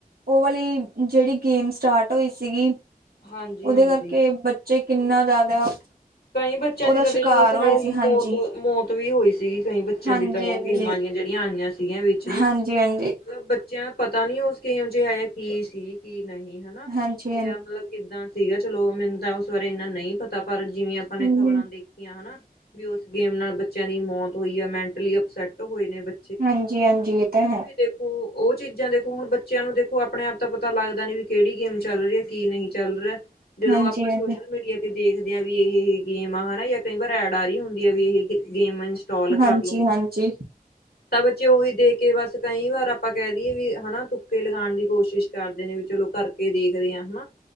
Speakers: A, on the right; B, on the left.
A: ਉਹ ਵਾਲੀ ਜਿਹੜੀ ਗੇਮ ਸਟਾਰਟ ਹੋਈ ਸੀਗੀ
B: ਹਾਂਜੀ-ਹਾਂਜੀ
A: ਉਹਦੇ ਕਰਕੇ ਬੱਚੇ ਕਿੰਨਾ ਜ਼ਿਆਦਾ
B: ਕਈ ਬੱਚਿਆਂ
A: ਉਹਦਾ
B: ਦੀ ਤਾਂ ਦੇਖੋ,
A: ਸ਼ਿਕਾਰ
B: ਉਸ
A: ਹੋਏ
B: ਨਾਲ
A: ਸੀ ਹਾਂਜੀ
B: ਮੌਤ ਮੌਤ ਵੀ ਹੋਈ ਸੀਗੀ ਕਈ ਬੱਚਿਆਂ
A: ਹਾਂਜੀ
B: ਦੀ ਤਾਂ ਉਹ
A: ਹਾਂਜੀ
B: ਗੇਮਾਂ ਦੀਆਂ ਜਿਹੜੀਆਂ ਆਈਆਂ ਸੀਗੀਆਂ ਵਿਚ ਨੂੰ।
A: ਹਾਂਜੀ ਹਾਂਜੀ
B: ਮਤਲਬ ਬੱਚਿਆਂ ਪਤਾ ਨੀ ਉਸ ਗੇਮ ਚ ਐਹਾ ਜਾ ਕੀ ਸੀ ਕੀ ਨਹੀਂ ਹਨਾ,
A: ਹਾਂਜੀ
B: ਇਹ ਐ ਮਤਲਬ ਕਿੱਦਾਂ ਸੀਗਾ ਚਲੋਂ ਮੈਨੂੰ ਤਾਂ ਉਸ ਬਾਰੇ ਇੰਨਾ ਨਹੀਂ ਪਤਾ, ਪਰ ਜਿਵੇਂ ਆਪਾਂ ਨੇ
A: ਹਾਂਜੀ
B: ਖ਼ਬਰਾਂ ਦੇ ਖਿਆ ਹੈਨਾ ਵੀ ਉਸ ਗੇਮ ਨਾਲ ਬੱਚਿਆਂ ਦੀ ਮੌਤ ਹੋਈ ਆ, ਮੈਂਟਲੀ ਅਪਸੈਟ ਹੋਏ ਨੇ ਬੱ
A: ਹਾਂਜੀ ਹਾਂਜੀ ਇਹ ਤਾਂ ਹੈ।
B: ਦੇਖੋ ਉਹ ਚੀਜ਼ਾਂ ਦੇਖੋ, ਹੁਣ ਬੱਚਿਆਂ ਨੂੰ ਦੇਖੋ ਆਪਣੇ ਆਪ ਤਾਂ ਪਤਾ ਲੱਗਦਾ ਨੀ ਵੀ ਕਿਹੜੀ ਗੇਮ ਚੱਲ ਰਹੀ ਐ ਕੀ ਨਹੀਂ ਚੱਲ ਰਿਹਾ। ਜਦੋਂ
A: ਹਾਂਜੀ
B: ਆਪਾਂ
A: ਹਾਂਜੀ
B: ਸੋਸ਼ਲ ਮੀਡੀਆ ਤੇ ਦੇਖਦੇ ਆ, ਵੀ ਇਹ ਗੇਮ ਆ ਹਨਾ ਜਾਂ ਕਈ ਵਾਰ ਐਡ ਆ ਰਹੀ ਹੁੰਦੀ ਆ ਵੀ ਇਹ ਗੇਮ ਇੰਨਸਟੋਲ ਕਰਲੋ।
A: ਹਾਂਜੀ ਹਾਂਜੀ
B: ਤਾਂ ਬੱਚੇ ਉਹੀ ਦੇਖ ਕੇ ਬਸ ਕਈ ਵਾਰ ਆਪਾਂ ਕਹਿ ਦਈਏ ਵੀ ਹਨਾ ਤੁੱਕੇ ਲਗਾਉਣ ਦੀ ਕੋਸ਼ਿਸ਼ਂ ਕਰਦੇ ਨੇ ਵੀ ਚਲੋਂ ਕਰਕੇ ਦੇਖਦੇ ਆ ਹਨਾ।